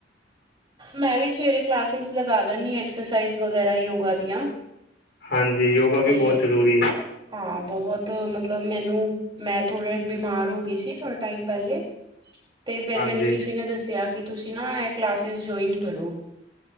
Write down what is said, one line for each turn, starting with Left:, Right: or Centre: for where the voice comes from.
Right: ਮੈਂ, ਵੀ ਸਵੇਰੇ ਕਲਾਸਿਸ ਲਗਾ ਲੈਂਦੀ ਹਾਂ ਐਕਸਰਸਾਈਜ਼ ਵਗੈਰਾ ਯੋਗਾ ਦੀਆਂ।
Left: ਹਾਂਜੀ, ਯੋਗਾ ਵੀ
Right: ਤੇ
Left: ਬਹੁਤ ਜ਼ਰੂਰੀ ਹੈ।
Right: ਹਾਂ, ਬਹੁਤ ਮਤਲਬ ਮੈਨੂੰ ਮੈਂ ਥੋੜ੍ਹੇ ਬਿਮਾਰ ਹੋ ਗਈ ਸੀ ਥੋੜ੍ਹੇ ਟਾਈਮ ਪਹਿਲੇ।
Left: <inaudible> <inaudible>
Right: ਤੇ ਫੇਰ,
Left: ਹਾਂਜੀ
Right: ਮੈਨੂੰ ਕਿਸੇ ਨੇ ਦੱਸਿਆ ਕਿ ਤੁਸੀਂ ਨਾ ਇਹ ਕਲਾਸੇਸ ਜੁਆਇਨ ਕਰੋ।